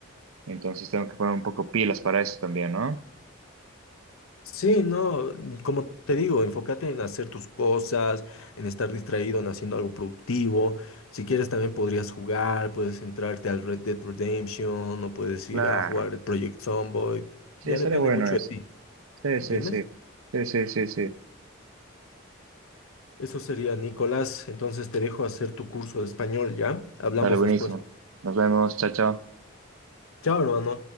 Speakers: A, on the right; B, on the left.
A: entonces tengo que poner un poco pilas para eso también, ¿no?
B: Sí, no, como te digo, enfócate en hacer tus cosas, en estar distraído, en haciendo algo productivo. Si quieres también podrías jugar, puedes entrarte al Red Dead Redemption o puedes
A: Claro.
B: ir a jugar el Project Zomboid.
A: Sí,
B: Ya
A: sale
B: depende
A: bueno
B: mucho
A: eso.
B: de ti,
A: Sí,
B: ¿entiendes?
A: sí, sí. Sí, sí, sí, sí.
B: Eso sería, Nicolás. Entonces te dejo hacer tu curso de español, ¿ya? Hablamos
A: Dale, buenísimo.
B: después.
A: Nos vemos, chao, chao.
B: Chao, hermano.